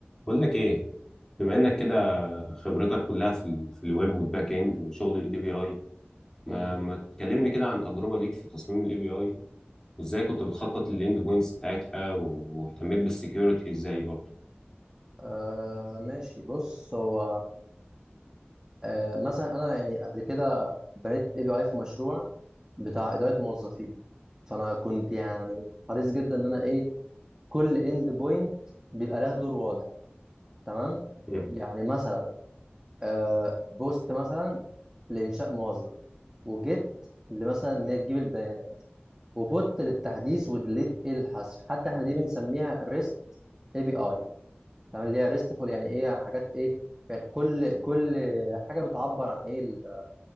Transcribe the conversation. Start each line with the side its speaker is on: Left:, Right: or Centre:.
Left: بقول لك ايه بما
Right: إيه؟
Left: انك كده خبرتك كلها في ال في الويب والباك اند وشغل الاي بي اي ما
Right: مم.
Left: ما تكلمني كده عن تجربه ليك في تصميم الاي بي اي وازاي كنت بتخطط للاند بوينتس بتاعتها واهتميت بالسكيورتي ازاي برضه
Right: آه ماشي بص هو آه مثلا انا يعني قبل كده بنيت اي بي اي في مشروع بتاع اداره موظفين فانا كنت يعني حريص جدا ان انا ايه كل اند بوينت بيبقى لها دور واضح تمام
Left: امم
Right: يعني مثلا آه بوست مثلا لانشاء موظف وجيت لمثلا ان هي تجيب البيانات وبوت للتحديث وديليت إيه الحذف حتى احنا دي بنسميها ريست اي بي اي تمام اللي هي ريستفول يعني ايه حاجات ايه يعني كل كل حاجه بتعبر عن ايه ال-